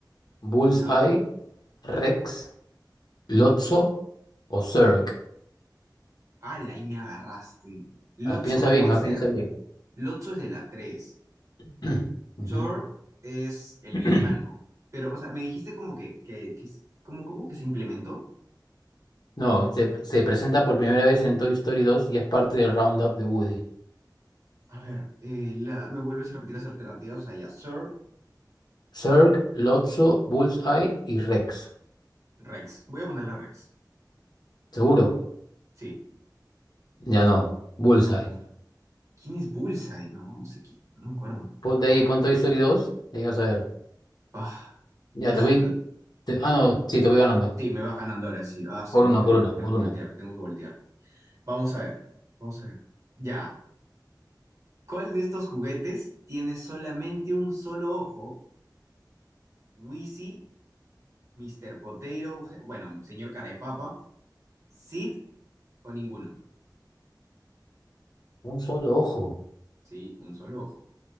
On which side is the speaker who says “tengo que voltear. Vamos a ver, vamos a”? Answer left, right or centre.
Right